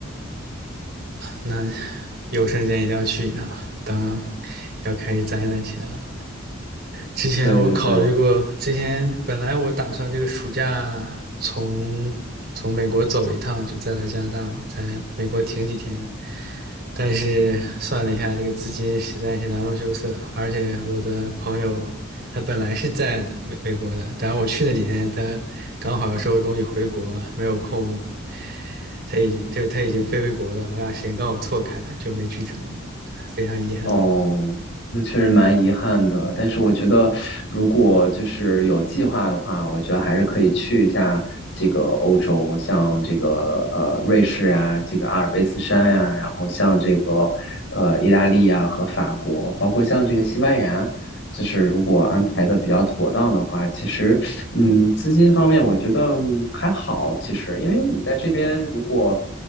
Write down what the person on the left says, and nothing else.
对对对，
哦，那确实蛮遗憾的。但是我觉得，如果就是有计划的话，我觉得还是可以去一下这个欧洲，像这个呃瑞士呀、这个阿尔卑斯山呀、然后像这个呃意大利呀、和法国，包括像这个西班牙。就是如果安排的比较妥当的话，其实，嗯，资金方面我觉得嗯还好，其实，因为你在这边如果